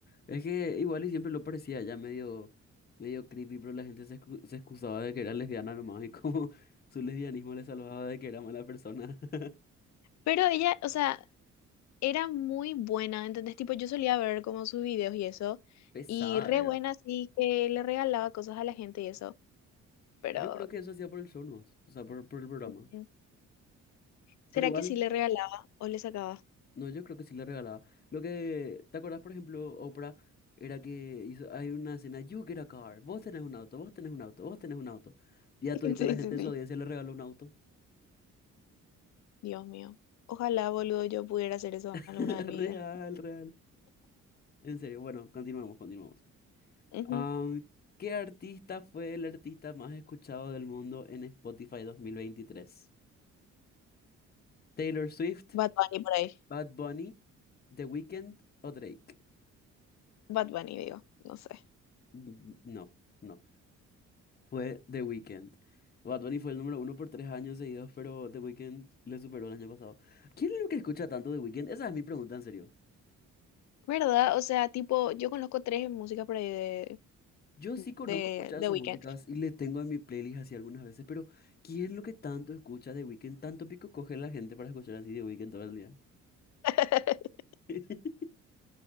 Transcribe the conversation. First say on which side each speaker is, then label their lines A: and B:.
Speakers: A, on the left; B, on the left.
A: Es que igual y siempre lo parecía ya medio, medio creepy, pero la gente se, excu- se excusaba de que era lesbiana nomás y como <laughs> su lesbianismo le salvaba de que era mala persona. <laughs>
B: Pero ella, o sea, era muy buena, ¿entendés? Tipo, yo solía ver como sus videos y eso,
A: Pesada
B: y re
A: era.
B: buena, así que le regalaba cosas a la gente y eso, pero
A: Yo creo que eso hacía por el show nomás, o sea, por, por el programa.
B: Ujú. ¿Será
A: Pero igual.
B: que sí le regalaba o le sacaba?
A: No, yo creo que sí le regalaba. Lo que, ¿te acordás, por ejemplo, Oprah era que hizo, hay una escena, You get a car, vos tenés un auto, vos tenés un auto, vos tenés un auto. Y a
B: <laughs>
A: todita
B: Sí,
A: la gente
B: sí,
A: de
B: sí.
A: su audiencia le regaló un auto.
B: Dios mío. Ojalá, boludo, yo pudiera hacer eso
A: <laughs>
B: alguna vez en mi
A: Real,
B: vida.
A: real. En serio, bueno, continuemos, continuemos.
B: Ujú.
A: Am, ¿qué artista fue el artista más escuchado del mundo en Spotify 2023? ¿Taylor Swift,
B: Bad Bunny por ahí.
A: Bad Bunny, The Weeknd o Drake?
B: Bad Bunny, digo. No sé.
A: Mm, No, no. fue The Weeknd. Bad Bunny fue el número uno por tres años seguidos, pero The Weeknd le superó el año pasado. ¿Quién es lo que escucha tanto The Weeknd? Esa es mi pregunta, en serio.
B: ¿Verdad? O sea, tipo, yo conozco tres músicas por ahí de,
A: Yo sí conozco
B: de,
A: muchas
B: de
A: de sus
B: Weeknd.
A: músicas y le tengo en mi playlist así algunas veces, pero ¿quién es lo que tanto escucha The Weeknd? Tanto pico coge la gente para escuchar así The Weeknd todo el día.
B: <laughs>
A: <laughs>